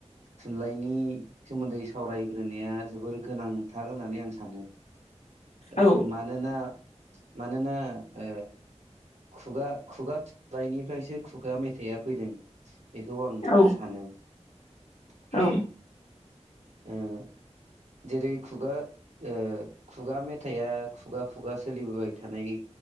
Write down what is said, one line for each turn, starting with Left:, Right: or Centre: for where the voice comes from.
Right: थुनलाइनि सोमोन्दै सावराय ग्रोनाया जोबोर गोनां थार होननानै आं सानो। ओ
Left: औ
Right: मानोना मानोना ओ खुगा खुगा थुनलाइ निफ्रायसो खुगा मेथाइआ फैदों। बेखौ आं
Left: औ
Right: सानो। ओहम।
Left: औ
Right: ओ जेरै खुगा ओ खुगा मेथाइ आ खुगा खुगा सोलिबो बाय थानाय